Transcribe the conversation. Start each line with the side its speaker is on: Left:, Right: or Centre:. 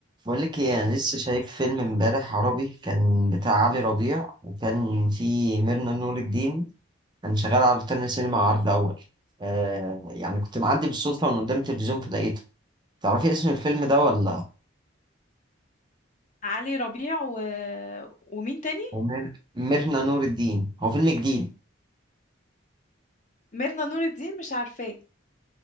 Right: بقول لك ايه انا لسه شايف فيلم امبارح عربي كان بتاع علي ربيع وكان فيه ميرنا نور الدين كان شغال على روتانا سينما عرض اول آه يعني كنت معدي بالصدفه من قدام التلفزيون فلقيته تعرفي اسم الفيلم ده ولا
Left: علي ربيع و... ومين تاني
Right: هو مير- ميرنا نور الدين هو فيلم جديد
Left: ميرنا نور الدين مش عارفاه